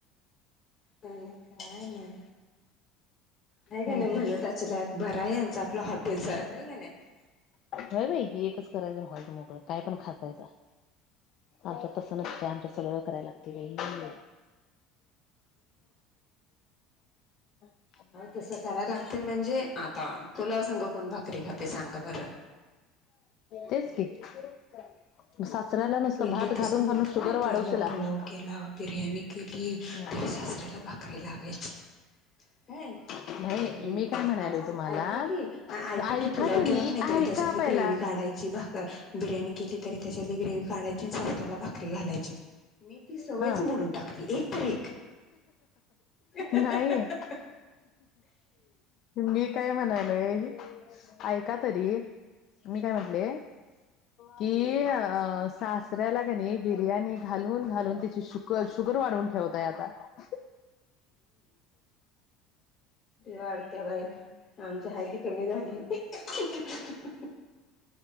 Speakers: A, on the left; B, on the left.
A: आणि काय नाय, नाय गं
B: हम्म
A: नाय म्हणताची
B: हम्म
A: ला बरं यांचं आपलं हॉटेल सारखं आहे का नाही <unintelligible>
B: हय बाई एकच करायचं हॉल मोकळ काय पण खातायचा <unintelligible> आमच तसं नसते, आमचा सगळं करायला लागते बाई <unintelligible> <inaudible> <unintelligible>
A: तसं करायला लागते म्हणजे आता पुलाव सांग कोण भाकरी खाते सांगा बरं <unintelligible>
B: तेच क <unintelligible> साचऱयला नसतं
A: पहिलं
B: भात घालून
A: तसं होतं
B: घालून
A: काय
B: शुगर
A: पहिलं
B: वाढवशीलला
A: पुलाव
B: <unintelligible>
A: केला बिरयानी केली <unintelligible>
B: हा <unintelligible>
A: सासऱ्याला भाकरी लागायची काय
B: नाही
A: <unintelligible> तरी
B: मी काय म्हणालोय
A: असं
B: तुम्हाला
A: ऐकाय की ऐकाय
B: ऐका
A: की पुलाव
B: तरी
A: केला का नाहीतरी
B: ऐका
A: त्याच्यातली
B: पहिला.
A: ग्रेव काढायची बा बिर्याणी केली तरी त्याच्याली ग्रेव काढायची आणि सासऱ्याला भाकरी घालायची <unintelligible> मी ती सवयच
B: हा
A: मोडून टाकली एक तर एक <unintelligible>
B: नाही मी काय म्हणालोय ऐका तरी मी काय म्हटले की
A: हम्म
B: सासऱ्याला का नाही बिर्याणी <unintelligible> घालून घालून त्यािची शुग शुगर वाढवून ठेवतय आता <unintelligible>
A: देवाार <unintelligible> त्या बाय आमच्या हयतीी कमी झाली <unintelligible>